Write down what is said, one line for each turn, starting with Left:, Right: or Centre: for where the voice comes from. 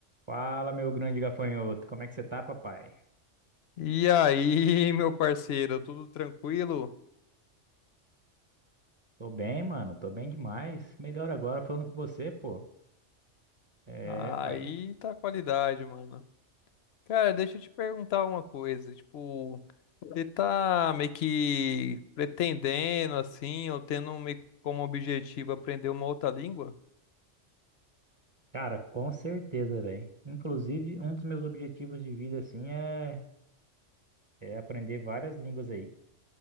Right: Fala, meu grande gafanhoto, como é que você tá, papai?
Left: E aí, <laughs> meu parceiro, tudo tranquilo?
Right: Tô bem, mano, tô bem demais. Melhor agora falando com você, pô. É,
Left: Aí
Right: pai.
Left: tá a qualidade, mano. Cara, deixa eu te perguntar uma coisa, tipo, você tá meio que pretendendo assim, ou tendo meio que como objetivo aprender uma outra língua?
Right: Cara, com certeza, velho. Inclusive, um dos meus objetivos de vida, assim, é, é aprender várias línguas aí.